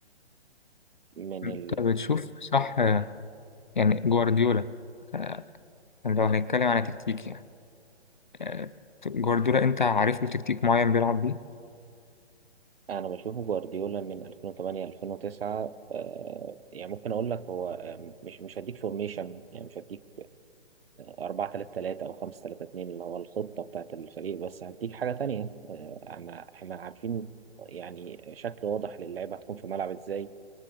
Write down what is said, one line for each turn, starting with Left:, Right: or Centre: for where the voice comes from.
Right: من
Left: انت بتشوف صح يعني جوارديولا آه، لو هنتكلم على تكتيك يعني آه، جوارديولا انت عارف له تكتيك معين بيلعب بيه
Right: انا بشوفه جوارديولا من 2008 2009 آه، يعني ممكن اقول لك هو آه، مش مش هديك فورميشن يعني مش هديك 4 3 3 او 5 3 2 اللي هو الخطه بتاعت الفريق بس هديك حاجه تانية آه، انا احنا عارفين يعني شكل واضح للعيبه هتكون في ملعب ازاي